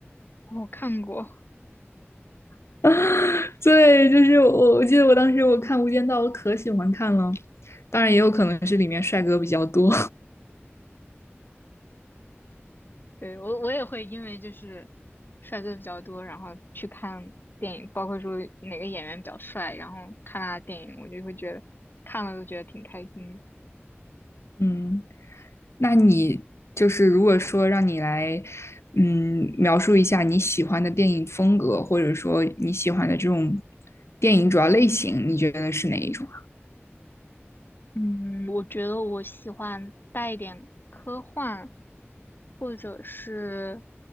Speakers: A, on the left; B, on the left.
A: 我看过，
B: <laughs> 啊，对，就是我，我记得我当时我看《无间道》，我可喜欢看了。当然，也有可能是里面帅哥比较多。
A: 对，我我也会因为就是帅哥比较多，然后去看电影，包括说哪个演员比较帅，然后看他的电影，我就会觉得看了都觉得挺开心的。
B: <laughs> 嗯，那你就是如果说让你来，嗯，描述一下你喜欢的电影风格，或者说你喜欢的这种电影主要类型，你觉得是哪一种啊？
A: 嗯，我觉得我喜欢带一点科幻或者是